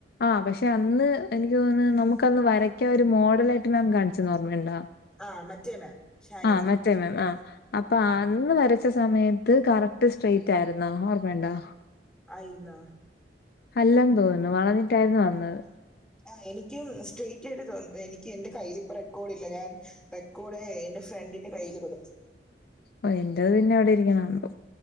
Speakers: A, on the left; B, in the centre.
A: ആഹ് പക്ഷെ അന്ന് എനിക്ക് തോന്നുന്നു നമുക്കന്ന് വരക്കാ ഒരു മോഡലായിട്ട് മാം കാണിച്ചെന്ന് ഓർമയുണ്ടാ?
B: ആ മറ്റേ മാം ഷാനി
A: ആഹ് മറ്റേ മാം ആഹ് അപ്പൊ
B: ആ
A: അന്ന് വര ച്ച സമയത്ത് കറക്റ്റ് സ്ട്രൈയിറ്റായിരുന്നോ? ഓർമ്മയുണ്ടോ?
B: ആയിര്ന്നാ?
A: അല്ലെന്ന് തോന്നുന്നു വളഞ്ഞിട്ടായിരുന്നു വന്നത്
B: ആ എനിക്കും സ്ട്രൈറ്റായിട്ട് തോന്ന എനിക്ക് എന്റെ കയ്യിലിപ്പൊ റെക്കോഡില്ല ഞാൻ റെക്കോഡെ എന്റെ ഫ്രണ്ടിന്റെ കയ്യില് കൊടു
A: ഓഹ് എന്റത് പിന്നെ ഇവിടെരിക്ക്ണുണ്ട്